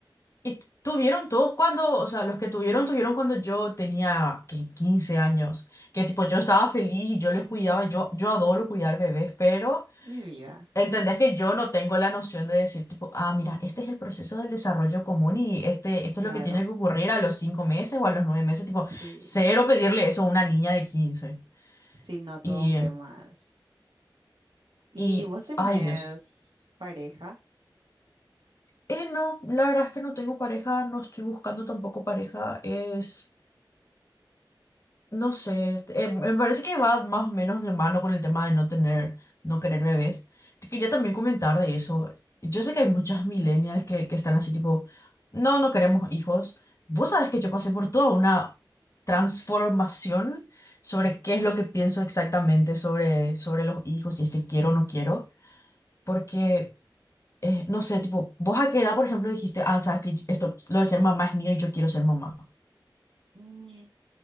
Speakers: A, on the left (about 40°); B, on the right (about 80°).
A: Y t- tuvieron todos cuando, o sea, los que tuvieron, tuvieron cuando yo tenía que 15 años, que tipo yo estaba feliz y yo les cuidaba, yo, yo adoro cuidar bebés, pero
B: Mi vida,
A: entendés que yo no tengo la noción de decir tipo, ah, mira, este es el proceso del desarrollo común y este, esto
B: claro.
A: es lo que tiene que ocurrir a los 5 meses o a los 9 meses, tipo,
B: Sí,
A: cero pedirle eso a una niña de quince
B: sí, no todo
A: Y,
B: un tema. es. ¿Y
A: y,
B: vos tenés
A: ay Dios.
B: pareja?
A: Eh, no, la verdad es que no tengo pareja, no estoy buscando tampoco pareja, es... No sé, eh, me parece que va más o menos de mano con el tema de no tener, no querer bebés. Te quería también comentar de eso. Yo sé que hay muchas millennials que, que están así tipo, no, no queremos hijos. Vos
B: Ujú.
A: sabés que yo pasé por toda una transformación sobre qué es lo que pienso exactamente sobre, sobre los hijos, si es que quiero o no quiero. Porque, eh, no sé, tipo, vos a qué edad, por ejemplo, dijiste, ah, sabes que yo- esto, lo de ser mamá es mío y yo quiero ser mamá.
B: Mm.